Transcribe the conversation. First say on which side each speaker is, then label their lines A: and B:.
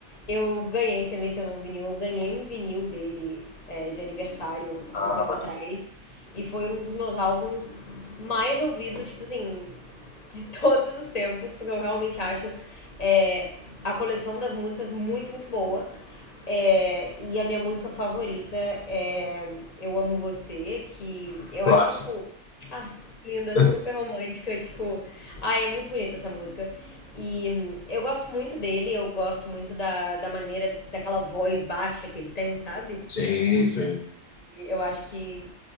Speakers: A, on the left; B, on the left.
A: Eu ganhei, você mencionou um vinil, eu ganhei um vinil dele é, de aniversário
B: ah,
A: há um tempo
B: bacana.
A: atrás. E foi um dos meus álbuns mais ouvidos, tipo assim, de todos os tempos, porque eu realmente acho é, a coleção das músicas muito, muito boa. É, e a minha música favorita é Eu Amo Você, que eu
B: Clássico.
A: acho que é tipo. Ai, linda,
B: <laughs>
A: super romântica, tipo. Ai, é muito bonita essa música. E hum, eu gosto muito dele, eu gosto muito da, da maneira, daquela voz baixa que ele tem, sabe?
B: Sim, sim.
A: E eu acho que,